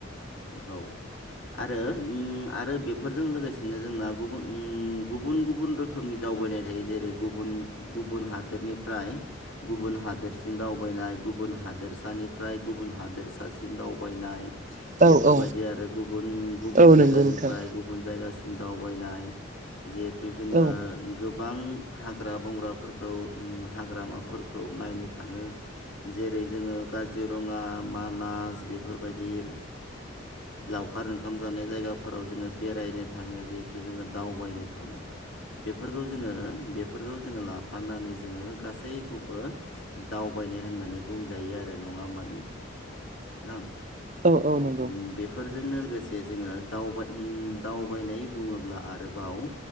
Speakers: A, on the left (about 70°); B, on the right (about 40°).
A: औ। आरो आरो बेफोरजों लोगोसेनो जोंना गुबुन गुबुन गुबुन रोखोम। रोखोमनि दावबायनाय थायो जेरै गुबुन गुबुन हादोरनिफ्राय। गुबुन हादोरसिम दावबायनाय गुबुन हादोरसानिफ्राय गुबुन हादोरसासिम दावबाय। यनाय बेफोरबायदि
B: औ औ
A: आरो गुबुन गुबुन
B: औ
A: जायगानिफ्राय
B: नंगौ नोंथां
A: गुबुन जायगासि म दावबायनाय जिहेथु जोङो
B: औ
A: गोबां हाग्रा बंग्राफोरखौ हाग्रामाफोरखौ नायनो थाङो। जेरै जोङो काजिरङा मानास बेफोरबायदि लावखार ओंखाम जानाय जायगाफोराव जोङो बेरायनो थाङो जिहेथु जोङो दावबायनो थाङो बेफोरखौ जोङो बेफोरखौ जोङो लाफानानै जोङो गासैखौबो दावबायनाय होननानै बुंजायो आरो नङा होमब नों थां बे
B: औ औ नंगौ
A: बेफोरजोंनो लोगोसे जोङोबाय दावबायनाय बुङोब्ला आरोबाव